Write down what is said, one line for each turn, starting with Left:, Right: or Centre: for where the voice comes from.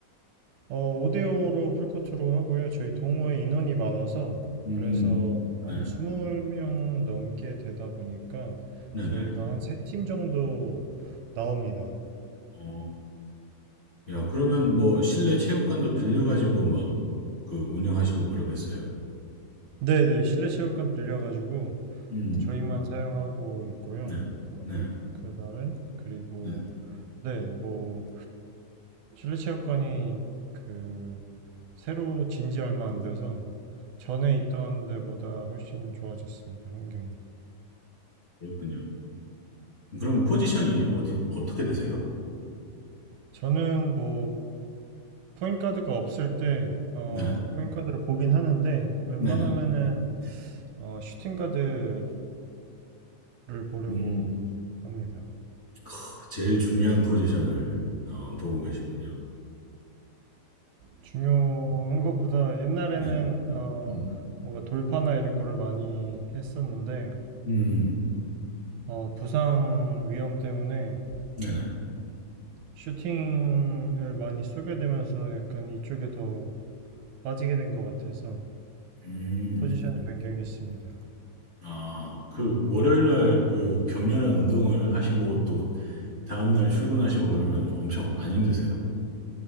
Right: 어, 5대5로 풀코트로 하고요. 저희 동호회 인원이 많아서
Left: 음,
Right: 그래서
Left: 네,
Right: 한 20명 넘게 되다 보니까
Left: 네네.
Right: 저희가 한 세 팀 정도 나옵니다.
Left: 어, 야, 그러면 뭐 실내 체육관도 빌려가지고 막 그 운영하시고 그러겠어요?
Right: 네네, 실내 체육관 빌려가지고
Left: 음,
Right: 저희만 사용하고 있고요.
Left: 네, 네,
Right: 그날은 그리고
Left: 네.
Right: 네, 뭐 실내 체육관이 그 새로 진지 얼마 안 돼서 전에 있던 데보다 훨씬 좋아졌습니다. 환경이.
Left: 그렇군요. 그러면 포지션이 어디, 어떻게 되세요?
Right: 저는 뭐 포인트가드가 없을 때 어,
Left: 네,
Right: 포인트가드를 보긴 하는데 웬만하면은
Left: 네네.
Right: 어, 슈팅가드를 보려고
Left: 음.
Right: 합니다.
Left: 크, 제일 중요한 포지션을 어, 보고 계시군요.
Right: 중요한 것보다 옛날에는
Left: 네.
Right: 어,
Left: 음.
Right: 뭔가 돌파나 이런 거를 많이 했었는데
Left: 음.
Right: 어, 부상 위험 때문에
Left: 네네.
Right: 슈팅을 많이 쏘게 되면서 약간 이쪽에 더 빠지게 된 것 같아서
Left: 음.
Right: 포지션을 변경했습니다.
Left: 아, 그 월요일 날그 격렬한 운동을 하시고 또 다음 날 출근하시고 그러면 엄청 안 힘드세요?